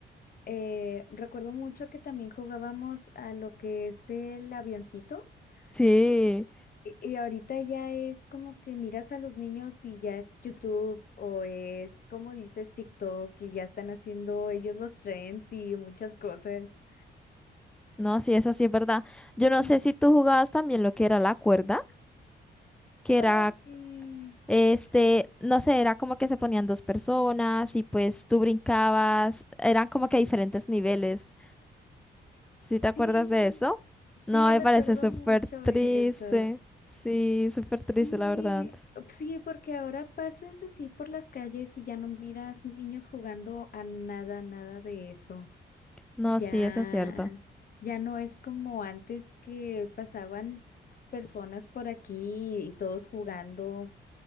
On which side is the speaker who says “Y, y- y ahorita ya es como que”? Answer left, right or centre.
Left